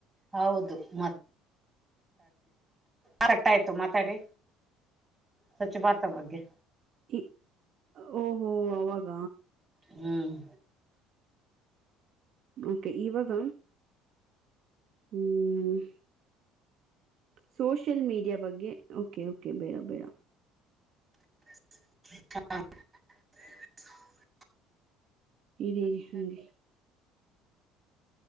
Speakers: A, on the right; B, on the right.
A: ಹೌದು ಮಾತ್ <unintelligible> ಆಯ್ತು ಮಾತಾಡಿ ಸ್ವಚ್ಛ ಭಾರತಬ್ಗೆ
B: ಈ ಓಹೋ ಅವಾಗ
A: ಹ್ಮ್
B: ಓಕೆ ಇವಾಗ ಹ್ಮ್ ಸೋಷಿಯಲ್ ಮೀಡಿಯಾ ಬಗ್ಗೆ ಓಕೆ ಓಕೆ ಬೇಡ ಬೇಡ
A: <inaudible>
B: ಇರಿ ಹಾಂಗೆ